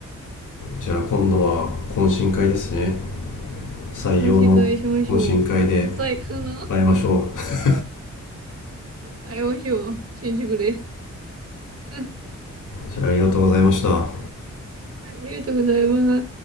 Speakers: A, on the left; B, on the right.
A: じゃあ今度は懇親会ですね採用の懇親会で
B: 今週会しましょう。最後の。
A: 会いましょう。
B: あい、お塩、<laughs> 信じてくれ。<laughs>
A: じゃあありがとうございました。
B: ありがとうございます。